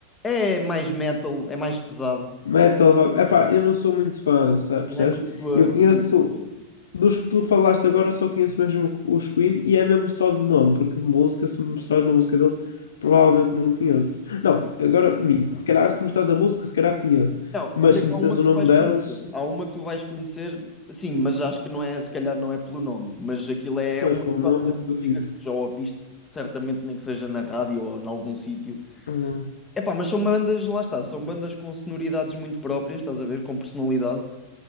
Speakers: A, on the left; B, on the left.
A: É mais metal, é mais pesado.
B: Metal rock. Epá,
A: Yeah.
B: eu não sou muito fã, sabe, percebes?
A: Não é muito a tua...
B: Eu conheço,
A: Sim, sim. sim.
B: dos que tu falaste agora, eu só conheço mesmo os Queen e é mesmo só de nome, porque de música, se me mostrares uma música deles, provavelmente não conheço. Não,
A: Ok,
B: agora minto. Se calhar, se me mostrares a música, se calhar conheço.
A: Não,
B: Mas
A: olha
B: se
A: que
B: me
A: há
B: disseres
A: uma que
B: o
A: tu
B: nome
A: vais
B: delas,
A: conhecer. Há uma que tu vais conhecer, sim, mas acho que não é, se calhar não é pelo nome, mas aquilo é
B: pois,
A: um
B: pelo
A: ícone
B: nome,
A: da música
B: duvido.
A: que já ouviste, certamente nem que seja na rádio ou em algum sítio.
B: Uhum.
A: Epá, mas são bandas, lá está, são bandas com sonoridades muito próprias, estás a ver, com personalidade.